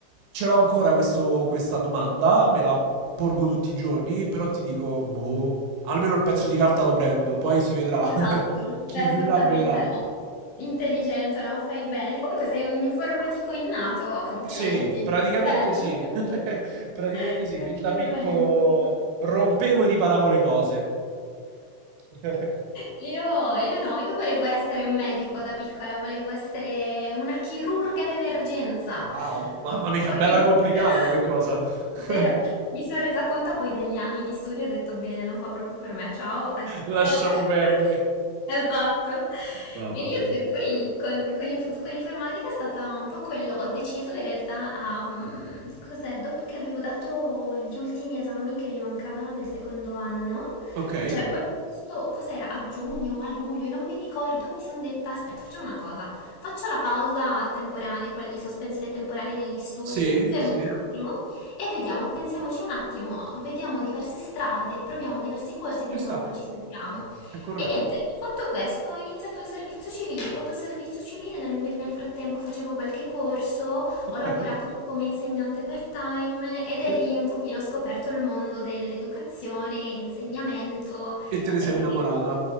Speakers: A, on the right; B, on the left.
A: Ce l'ho ancora questo- questa domanda, me la porgo tutti i giorni, però ti dico, boh, almeno il pezzo di carta lo prendo, poi si vedrà.
B: Esatto,
A: <laughs> Chi
B: esattamente
A: vivrà vedrà.
B: no. Intelligente, no? Fai bene. Comunque sei un informatico innato, complimenti.
A: Sì, praticamente
B: Bello.
A: sì. <laughs>
B: <laughs>
A: Praticamente sì,
B: Complimenti.
A: fin da piccolo rompevo e riparavo le cose. <laughs>
B: Io, io no, io volevo essere un medico da piccola, volevo essere una chirurga d'emergenza.
A: Wow, mamma mia,
B: Poi
A: bella
B: mi...
A: complicata
B: <laughs>
A: come cosa. <laughs>
B: Vero, mi sono resa conto poi degli anni di studio e ho detto bene, non fa proprio per me, ciao, addio.
A: Lasciamo
B: <laughs>
A: perdere.
B: Esatto.
A: Mamma
B: E niente,
A: mia.
B: poi con, con inf- con informatica è stata un po' quello. Ho deciso in realtà a... mm, cos'è? Dopo che avevo dato gli ultimi esami che mi mancavano del secondo anno,
A: Ok.
B: cioè, proprio questo, cos'era? A giugno, o a luglio, non mi ricordo, mi sono detta, aspetta, facciamo una cosa, faccio la pausa temporanea, quella di sospensione temporanea degli studi,
A: Sì,
B: fermo
A: sì,
B: un attimo e vediamo, pensiamoci un attimo, vediamo diverse strade, proviamo diversi corsi, vediamo
A: ci sta.
B: come ci sentiamo.
A: È corretto.
B: E niente, ho fatto questo, ho iniziato il servizio civile, ho fatto il servizio civile, nel, nel frattempo facevo qualche corso,
A: Okay,
B: ho lavorato come insegnante part-time ed è
A: sì.
B: lì un pochino ho scoperto il mondo dell'educazione, insegnamento,
A: E te ne
B: eh,
A: sei innamorata.